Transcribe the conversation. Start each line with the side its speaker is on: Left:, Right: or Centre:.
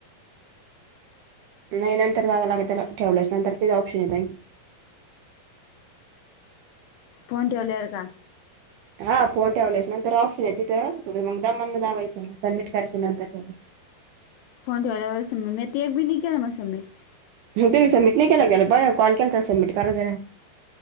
Right: नाही नंतर जावं लागे त्याला ठेवल्याच नंतर तेच ऑप्शन येत नाही
Left: फोन टीवेलायार का
Right: हा फोन ठेवल्यायच्या नंतर ऑप्शन आहे तिथंथं मग दम द जावायचं नाग सबमिट कयच्या नंतर
Left: फोन ठेवल्यावर सम मी ते एक बी नाही केल म समत
Right: ह तुमही सबमिट नाही केलं गेला बरं कॉल केला तर सबमट कररा जरा <unintelligible>